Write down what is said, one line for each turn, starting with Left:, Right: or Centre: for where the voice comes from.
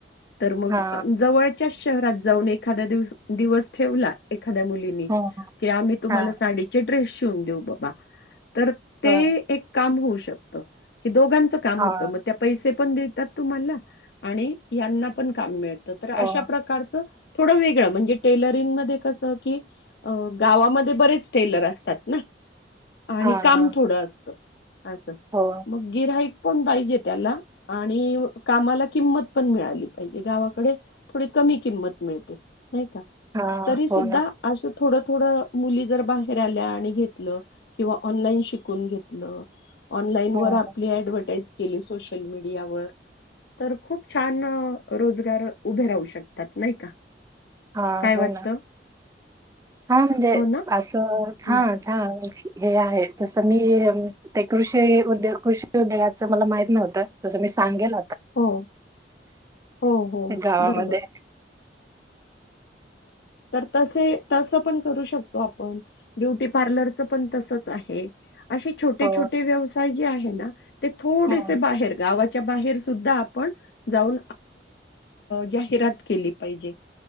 Left: तर मग
Right: हा
Left: जवळच्याच शहरात जाऊन एक. एखाद्या दि दिवस ठेवला. एखा्या मुलिनी
Right: हो
Left: आम्ही तुम्हा
Right: हा
Left: साडी ड्रेस. शिवून देऊ बाबा तर ते
Right: हा
Left: एक काम होऊ श शकतो कि दोघांच काम
Right: हा
Left: होतं मग त्या पैसे पण द तुम्हाला आणि यांना पण काम मिळत. तर अशा
Right: हो
Left: प्रकारचं थोडं वेगळं म्हणजे टेलरिंग मध्ये कस की गावामध्ये बरेच टेलर असतात ना. आणि
Right: हा
Left: काम
Right: हा
Left: थोडं. असं
Right: हो
Left: मग गिरई पण पाहिजे त्याला आणि कामाला किंमत पण मिळाली पाहिजे गावाकडे थोडी कमी किंमत मिळते. नाही का
Right: हा
Left: तरी
Right: हो
Left: सुद्धा
Right: ना
Left: अस. थोड थोड मुली जर बाहेर आल्या आणि घेतलं किंवा ऑनलाईन शिकून घेतलं. ऑनलाईन
Right: हो
Left: वर आपली ऍडव्हटाईज केली सोशल मीडियावर तर खूप छान रोजगार उभे राहू शकतात नाही का.
Right: हा
Left: काय
Right: हो
Left: वाटतं
Right: ना हा म्हणजे
Left: हो ना
Right: असो हा.
Left: हं.
Right: हे आहे तसं मी ते कृषी उद्योग कृषी उद्योगाचं मला माहित नव्हतं तसं मी सांगेल.
Left: हो हो हो
Right: य गावामध्ये
Left: बरोबर त तस पण करू शकतो आपण ब्युटी पार्लरचं पण तसं. आहे. असे छोटे
Right: हो
Left: छोटे व्यवसाय जे आहेत. ह ना. ते थोडेसे
Right: हो
Left: बाहेर गावा त्या बाहेर सुद्धा आपण जाऊ जाहिरात केली पाहिजे.